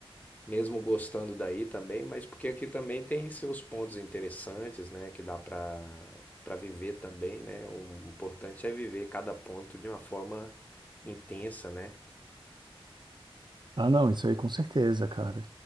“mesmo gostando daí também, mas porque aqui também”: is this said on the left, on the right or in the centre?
Left